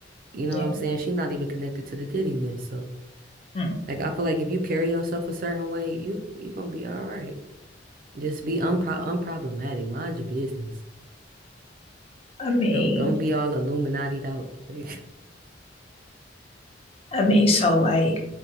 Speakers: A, on the right; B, on the left.
A: You know
B: yeah.
A: what I'm saying? She's not even connected to the Diddy mess. So
B: Mm.
A: like I feel like if you carry yourself a certain way, you you gonna be all right. Just be unpro unproblematic. Mind your business.
B: I mean,
A: Don't don't be all Illuminati'd out. <laughs>
B: I mean, so like,